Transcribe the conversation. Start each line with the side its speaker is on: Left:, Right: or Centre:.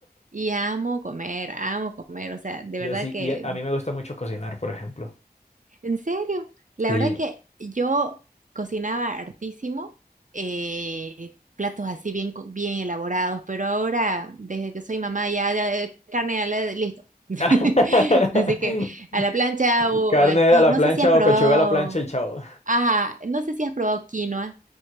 Right: Y amo comer, amo comer. O sea,
Left: <laughs>
Right: de
Left: Yo
Right: verdad
Left: sí,
Right: que
Left: y a a mí me gusta mucho cocinar, por ejemplo.
Right: ¿En serio? La
Left: Sí,
Right: verdad que yo cocinaba hartísimo, eh, platos así bien, co- bien elaborados, pero ahora, desde que soy mamá, ya, ya, eh, carne, a la- listo. <laughs>
Left: <laughs>
Right: Así que a la plancha o,
Left: Carne
Right: o aquí,
Left: a la
Right: no
Left: plancha
Right: sé si has probado,
Left: o pechuga a la plancha y chao.
Right: ajá, no sé si has probado quinoa,